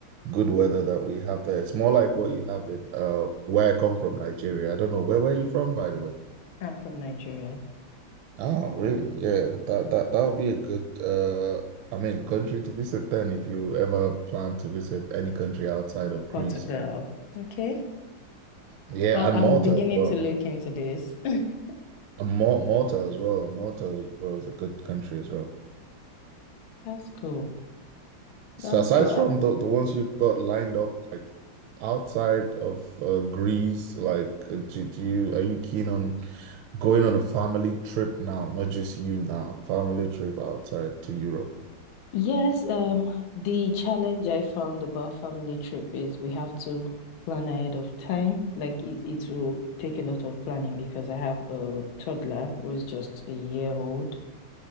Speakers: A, on the right; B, on the left.
A: good weather that we have there. It's more like what you have in uh, where I come from, Nigeria. I don't know, where were you from, by the way?
B: I'm from Nigeria,
A: Oh, really? Yeah, that that that would be a good uh I mean country to visit then if you ever plan to visit any country outside of Greece.
B: Portugal. Okay.
A: Yeah,
B: I'm
A: and
B: I'm
A: Malta
B: beginning
A: as well.
B: to look into this. <laughs>
A: And Mal Malta as well. Malta as well is a good country as well.
B: That's cool. That's
A: So aside
B: cool.
A: from
B: I-
A: the the ones you've got lined up, like outside of uh, Greece, like uh, do, do you are you keen on Going on a family trip now, not just you now, family trip outside to Europe.
B: Yes, um, the challenge I found about family trip is we have to plan ahead of time. Like it, it will take a lot of planning because I have a toddler who is just a year old.